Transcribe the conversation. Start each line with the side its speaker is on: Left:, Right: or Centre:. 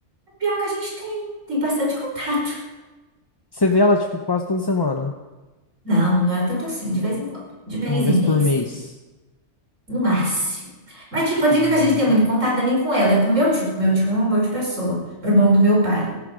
Right: Pior que a gente tem. Tem bastante contato.
Left: Você vê ela, tipo, quase toda semana,
Right: Não, não é tanto assim, de vez em quando. De mês
Left: uma vez
Right: em mês.
Left: por mês.
Right: No máximo. Mas, tipo, a dica
Left: Hum.
Right: que a gente tem muito contato não é nem com ela, é com meu tio. Meu tio é um amor de pessoa, irmão do meu pai.